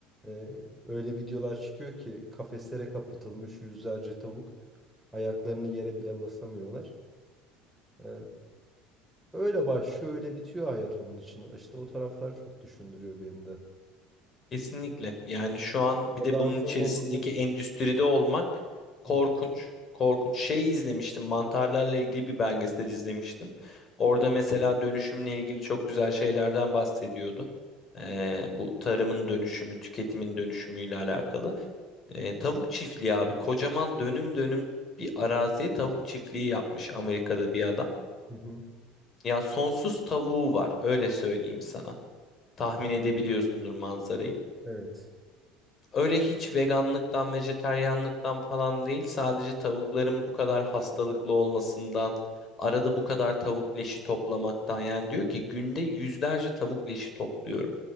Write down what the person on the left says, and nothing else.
Kesinlikle. Yani şu an
bir de
bunun içerisindeki
endüstride olmak korkunç.
Korkunç. Şey izlemiştim. Mantarlarla ilgili bir belgesel izlemiştim. Orada mesela dönüşümle ilgili çok güzel şeylerden bahsediyordu. Ee, bu tarımın dönüşümü, tüketimin dönüşümüyle alakalı. E, tavuk çiftliği abi. Kocaman dönüm dönüm bir araziye tavuk çiftliği yapmış Amerika'da bir adam.
Ya sonsuz tavuğu var öyle söyleyeyim sana. Tahmin edebiliyorsundur manzarayı.
Öyle hiç veganlıktan, vejeteryanlıktan falan değil. Sadece tavukların bu kadar hastalıklı olmasından, arada bu kadar tavuk leşi toplamaktan. Yani diyor ki günde yüzlerce tavuk leşi topluyorum